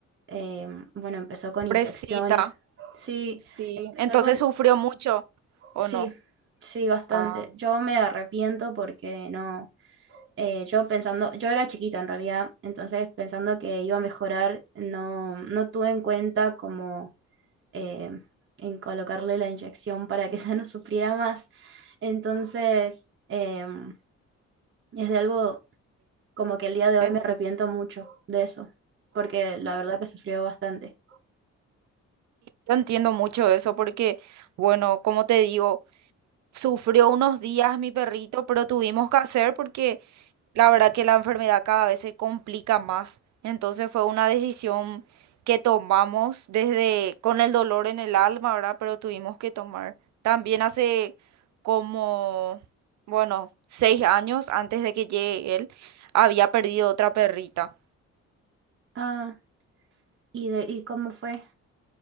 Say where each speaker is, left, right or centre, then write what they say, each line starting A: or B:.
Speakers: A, on the right (about 40°); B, on the right (about 65°).
A: eh, bueno, empezó con infecciones.
B: Pobrecita.
A: Sí,
B: Sí.
A: empezó
B: Entonces
A: con...
B: sufrió mucho, ¿o
A: Sí,
B: no?
A: sí, bastante.
B: Ah.
A: Yo me arrepiento porque no... eh, yo pensando, yo era chiquita en realidad, entonces pensando que iba a mejorar, no, no tuve en cuenta como eh, en colocarle la inyección para que <laughs> ella no sufriera más. Entonces, em, es de algo como que el día de hoy
B: Entiendo,
A: me arrepiento mucho de eso, porque la verdad que sufrió bastante.
B: Yo entiendo mucho eso porque, bueno, como te digo. Sufrió unos días mi perrito, pero tuvimos que hacer porque la verdad que la enfermedad cada vez se complica más. Entonces fue una decisión que tomamos desde con el dolor en el alma, ¿verdad? Pero tuvimos que tomar. También hace como, bueno, seis años antes de que llegue él, había perdido otra perrita.
A: Ah, ¿y de, y cómo fue?